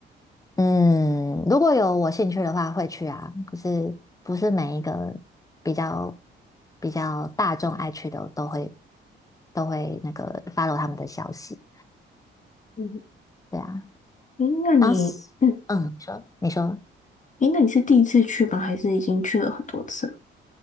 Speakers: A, on the left (about 15°); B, on the left (about 40°).
A: 嗯，如果有我兴趣的话会去啊，可是不是每一个比较比较大众爱去的都会都会那个 follow 他们的消息。
B: 嗯，
A: 对啊，
B: 诶，那你，
A: 当时嗯，
B: 嗯，
A: 你说你说。
B: 诶，那你是第一次去吗？还是已经去了很多次了？